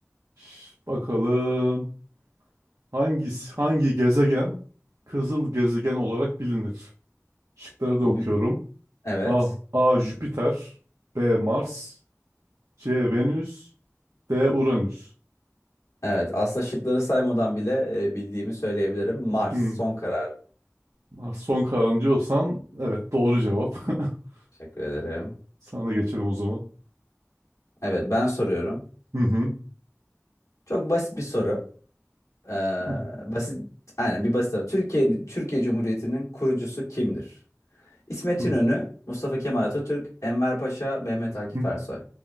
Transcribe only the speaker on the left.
Bu
bir... Evet.
Evet. Aslında şıkları saymadan bile e, bildiğimi söyleyebilirim. Mars.
Son karar.
Teşekkür ederim.
Evet ben soruyorum.
Çok basit bir soru. Ee,
basit. Aynen bir basit soru. Türkiye, Türkiye Cumhuriyeti'nin kurucusu kimdir? İsmet
İnönü, Mustafa Kemal Atatürk, Enver Paşa, Mehmet Akif
Ersoy.